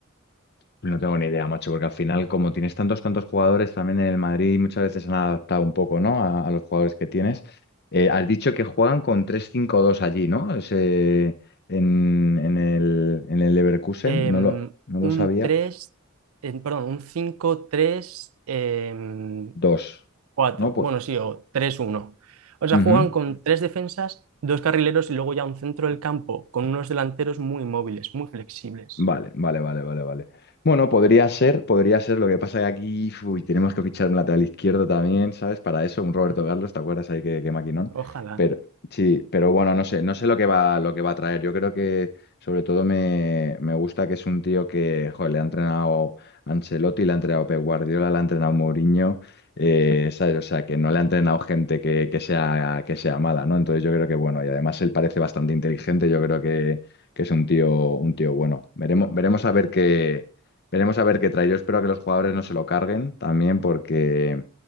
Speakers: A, on the left; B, on the right.
A: No tengo ni idea, macho, porque al final, como tienes tantos, tantos jugadores, también en el Madrid muchas veces han adaptado un poco, ¿no? A, a los jugadores que tienes. Eh, has dicho que juegan con tres cinco dos allí, ¿no? Ese- en, en el, en el Leverkusen,
B: Em,
A: no lo, no lo sabía.
B: un tres, em, perdón, un cinco tres. em,
A: Dos,
B: Cuatro,
A: ¿no? Pues,
B: bueno, sí, o tres, uno. O sea,
A: ujú.
B: juegan con tres defensas, dos carrileros y luego ya un centro del campo, con unos delanteros muy móviles, muy flexibles.
A: Vale, vale, vale, vale, vale. Bueno, podría ser, podría ser. Lo que pasa que aquí, uy, tenemos que fichar un lateral izquierdo también, ¿sabes? Para eso, un Roberto
B: <laughs>
A: Carlos, ¿te acuerdas ahí que, que maquinón?
B: Ojalá.
A: Pero sí, pero bueno, no sé, no sé lo que va, lo que va a traer. Yo creo que sobre todo me, me gusta que es un tío que, joder, le ha entrenado Ancelotti, le ha entrenado Pep Guardiola, le ha entrenado Mourinho, eh, ¿sabes? O sea, que no le ha entrenado gente que, que sea, que sea mala, ¿no? Entonces yo creo que, bueno, y además él parece bastante inteligente, yo creo que que es un tío, un tío bueno. Veremos, veremos a ver qué, veremos a ver qué trae. Yo espero que los jugadores no se lo carguen también, porque